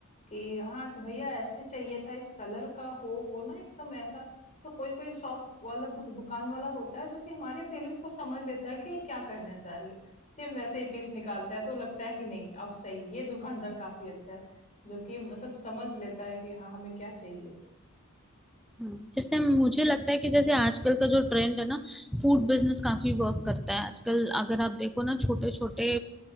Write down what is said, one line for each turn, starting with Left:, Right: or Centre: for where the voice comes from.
Left: कि हाँ अच्छा भैया ऐसे चाहिए था इस कलर का हो वो ना एकदम ऐसा तो कोई कोई शॉप वाला दु, दुकान वाला होता है जो कि हमारे फीलिंग्स को समझ लेता है कि ये क्या करना चाह रही है सेम वैसे ही पीस निकालता है तो लगता है कि नहीं अब सही है ये दुकानदार काफी अच्छा है जो कि मतलब समझ लेता है कि हाँ हमें क्या चाहिए
Centre: हम्म, जैसे मुझे लगता है कि जैसे आजकल का जो ट्रेंड है ना फूड बिजनेस काफी वर्क करता है आजकल अगर आप देखो ना छोटे छोटे